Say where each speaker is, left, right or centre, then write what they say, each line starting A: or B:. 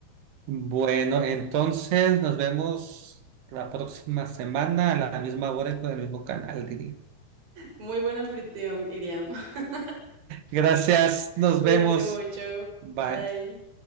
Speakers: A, on the right; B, on the right.
A: Bueno, entonces nos vemos la próxima semana a la misma hora y por el mismo canal, diría.
B: Muy buena anfitrión, Iriam. <laughs>
A: Gracias, nos
B: Cuídate
A: vemos.
B: mucho.
A: Bye.
B: Bye.